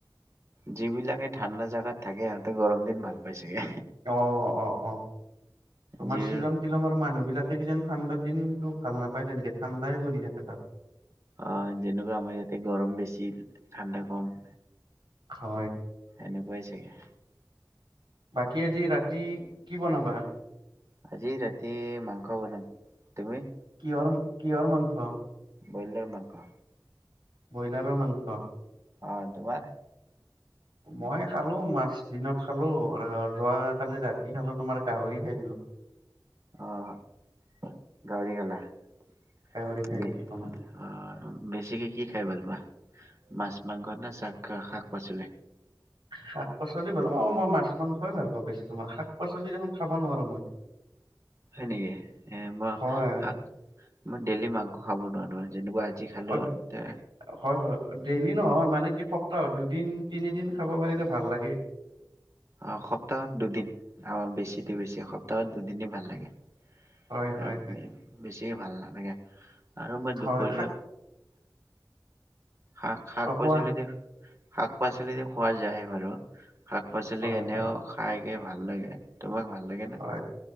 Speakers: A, on the right; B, on the right.
A: যিবিলাকে ঠাণ্ডা জাগাত থাকে সিহঁতে গৰম দিন ভাল পাই চাগে।
B: অ', অ', অ', তোমাৰ
A: যিবোৰ
B: শ্বিলং তিলঙৰ মানুহ বিলাকে কিজান ঠাণ্ডা দিন টো ভাল নাপায় তেনেকে ঠাণ্ডাই পৰি থাকে তাত।
A: অ', যেনেকুৱা আমাৰ ইয়াতে গৰম বেছি, ঠাণ্ডা কম।
B: হয়।
A: এনেকুৱাই চাগে।
B: বাকী আজি ৰাতি কি বনাবা?
A: আজি ৰাতি মাংস বনাম, তুমি?
B: কিহঁৰ, কিহঁৰ মাংস?
A: ব্ৰইলাৰ মাংস।
B: ব্ৰইলাৰৰ মাংস।
A: অ', তোমাৰ?
B: মই খালোঁ মাছ দিনত খালোঁ আৰু যোৱাকালি ৰাতি খালোঁ, তোমাৰ গাহৰি খাই দিলোঁ।
A: অ', গাহৰি খালা, বিছ
B: গাহৰি খাই দিলো তোমাৰ
A: অহ, বেছিকে কি খাই ভাল পোৱা? মাছ-মাংস না চাক্ৰা শাক? পাচলি।
B: শাক-পাচলি ভাল নাপাওঁ, মই মাছ মাংসই ভাল পাওঁ বেছি তোমাৰ শাক-পাচলি খাব নোৱাৰো মই।
A: হয় নেকি, <unintelligible>
B: হয়
A: মন ডেইলি মাংস খাব নোৱাৰা নহয় যেনেকুৱা আজি খালো,
B: অ
A: তা
B: হয় হয় ডেইলি নহয় মানে কি সপ্তাহত, দুদিন তিনিদিন খাব পাৰিলে ভাল লাগে।
A: অ', সপ্তাহত দুদিন আৰু বেছিতে বেছি সপ <unintelligible> দুদিনে ভাল লাগে
B: হয়
A: আৰু
B: হয় হয়
A: এ বেছি এ, ভাল নালাগে। আৰু মই দুপৰীয়া
B: হয় শাক
A: শাক-শাক
B: কোৱা
A: পাচলি দেখ শাক পাচলিৰে খোৱা যায় বাৰু। শাক পাচলি
B: হয়
A: এনেওঁ
B: হয়
A: খাই এ, ভাল লাগে। তোমাক ভাল লাগে না।
B: হয়